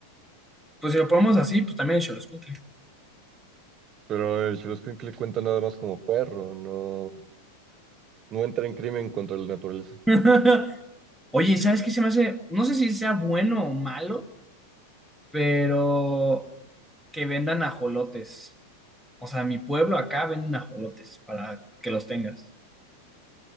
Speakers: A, in the centre; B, on the right.
A: Pues si lo ponemos así, pues también Xoloescuincle.
B: Pero el le cuenta nada más como perro, no, no entra en crimen contra la naturaleza.
A: <laughs> Oye, ¿sabes qué se me hace? No sé si sea bueno o malo, pero que vendan ajolotes. O sea, en mi pueblo acá venden ajolotes para que los tengas.